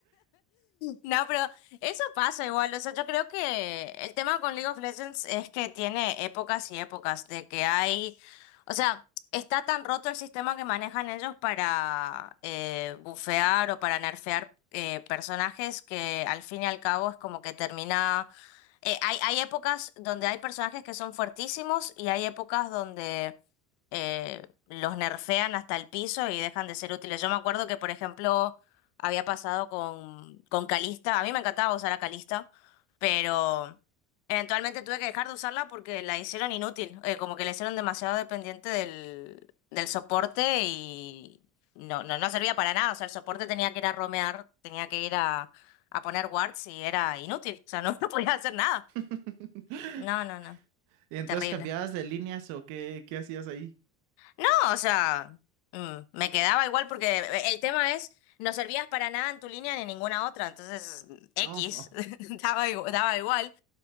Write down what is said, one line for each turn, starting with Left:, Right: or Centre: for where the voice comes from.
Left: No, pero eso pasa igual. O sea, yo creo que el tema con League of Legends es que tiene épocas y épocas de que hay, o sea, está tan roto el sistema que manejan ellos para eh, bufear o para nerfear eh, personajes que al fin y al cabo es como que termina eh, hay, hay épocas donde hay personajes que son fuertísimos y hay épocas donde eh, los nerfean hasta el piso y dejan de ser útiles. Yo me acuerdo que, por ejemplo, había pasado con, con Calista. A mí me encantaba usar a Calista, pero eventualmente tuve que dejar de usarla porque la hicieron inútil. eh, como que la hicieron demasiado dependiente del, del soporte y no, no, no servía para nada. O sea, el soporte tenía que ir a romear, tenía que ir a a poner wards y era inútil, o sea, no, <laughs> no podía hacer nada.
Right: <laughs>
Left: No, no, no,
Right: Y Entonces,
Left: terrible.
Right: ¿cambiabas de líneas o qué, qué hacías ahí?
Left: No, o sea, mm, me quedaba igual porque eh, el tema es, no servías para nada en tu línea ni en ninguna otra, entonces mm, X,
Right: No.
Left: <laughs> daba igual, daba igual.